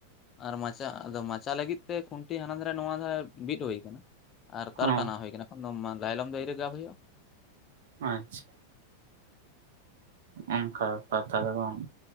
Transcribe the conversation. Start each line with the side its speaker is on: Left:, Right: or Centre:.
Left: ᱟᱨ ᱢᱟᱪᱟ ᱟᱫᱚ ᱢᱟᱪᱟ ᱞᱟᱹᱜᱤᱫ ᱛᱮ ᱠᱷᱩᱱᱴᱤ ᱦᱟᱱᱟ ᱫᱷᱟᱨᱮ ᱱᱚᱣᱟ ᱫᱦᱟᱨᱮ ᱵᱤᱫ ᱦᱩᱭ ᱟᱠᱟᱱᱟ᱾ ᱟᱨ ᱛᱟᱨᱟᱴᱟᱱᱟᱣ
Right: ᱚ
Left: ᱦᱩᱭ ᱠᱟᱱᱟ ᱮᱠᱷᱚᱱ ᱞᱟᱭᱞᱚᱢ ᱜᱮ ᱟᱭᱨᱤ ᱜᱟᱵ ᱦᱩᱭᱩᱜᱼᱟ᱾
Right: ᱟᱪᱪᱷᱟ ᱚᱱᱠᱟ ᱵᱮᱯᱟᱨ ᱛᱟᱦᱚᱞᱮ ᱵᱟᱝ?